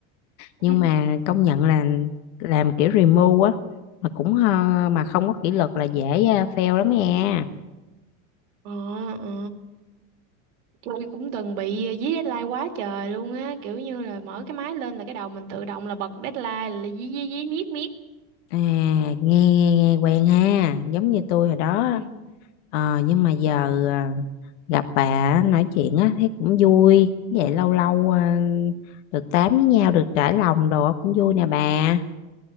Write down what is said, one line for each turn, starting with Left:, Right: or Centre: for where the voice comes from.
Left: nhưng
Right: ừ
Left: mà công nhận là làm kiểu remote á mà cũng ờ, mà không có kỷ luật là dễ ờ, fail lắm nha
Right: ờ ờ Tôi cũng từng bị ờ, dí deadline quá trời luôn á, kiểu như là mở cái máy lên là cái đầu mình tự động là bật deadline là dí dí dí miết miết.
Left: À, nghe, nghe, nghe quen ha, giống như tôi hồi đó. á.
Right: Ừ.
Left: Ờ, nhưng mà giờ à, gặp bà nói chuyện á, thấy cũng vui. Vậy lâu lâu à, được tám với nhau, được trải lòng đồ cũng vui nè bà.